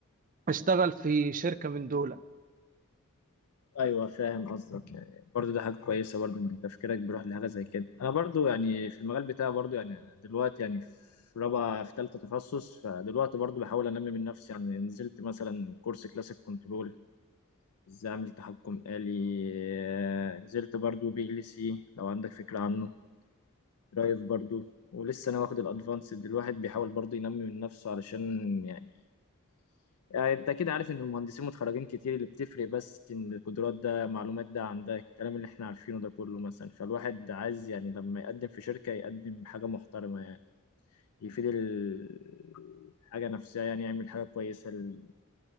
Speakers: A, on the right; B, on the left.
A: اشتغل في شركة من دول
B: ايوه فاهم قصدك يعني برضو ده حاجه كويسه برضو ان تفكيرك بيروح لحاجه زي كده انا برضو يعني في المجال بتاعي برضو يعني دلوقتي يعني في رابعه في ثالثه تخصص فدلوقتي برضو بحاول انمي من نفسي يعني نزلت مثلا كورس كلاسيك كنترول ازاي اعمل تحكم آلي آه، نزلت برضو بي ال سي لو عندك فكره عنه درايف برضو ولسه انا واخد الادفانسد الواحد بيحاول برضو ينمي من نفسه علشان يعني يعني انت كده عارف ان المهندسين متخرجين كتير اللي بتفرق بس ان القدرات ده معلومات ده عن ده الكلام اللي احنا عارفينه ده كله مثلا فالواحد عايز يعني لما يقدم في شركة يقدم حاجة محترمة يعني يفيد ال- الحاجة نفسها يعني يعمل حاجة كويسة لل-